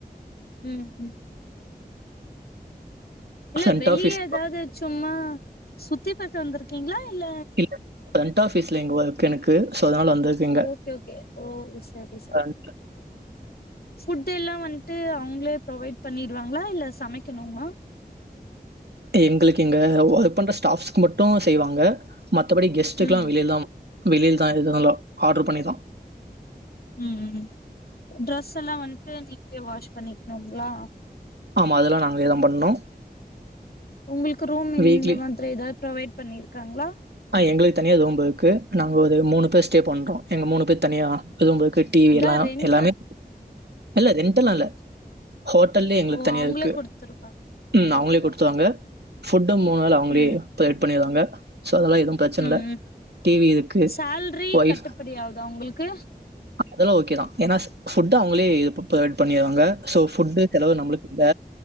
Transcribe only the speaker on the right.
ஃப்ரண்ட்
ஆஃபீஸ்
இ ஃப்ரெண்ட் ஆஃபீஸ்ல இங்க ஒர்க் எனக்கு சோ அதனால வந்தர்க்கேங்க
அன்ட
எங்களுக்கு இங்க ஒர்க் பண்ற ஸ்டாஃப்ஸ்க்கு மட்டு செய்வாங்க மத்தபடி கெஸ்ட்டுக்குல்லா
வெளிலதா வெளிலதா எதுனாலு ஆட்ரு பண்ணிதா
ஆமா அதெல்லா நாங்ளேதா பண்ணு
வீக்லி
ஆ எங்களுக்கு தனியா ரும் இருக்கு நாங்க ஒரு மூணு பேர் ஸ்டே பண்றோ எங்க மூணு பேர் தனியா ரும் இருக்கு டிவி
எல்லாம்
எல்லாமே
இல்ல ரென்டெல்லா இல்ல ஹோட்டல்யே எங்களுக்கு
தனியா
இருக்கு
ம் அவங்களே
குடுத்துவாங்க
ஃபுட் மூணு வேள அவங்களே
ப்ரொவட் பண்ணிருவாங்க சோ அதலா எது ப்ரச்சன
இல்ல
டி வி இருக்கு
ஒய்ஃப்
அதெல்லா ஓகேதா ஏன்னா ஃபுட் அவங்களே இ ப்ரொவைட் பண்ணிருவாங்க சோ ஃபுட் தெலவு நம்மளுக்கில்ல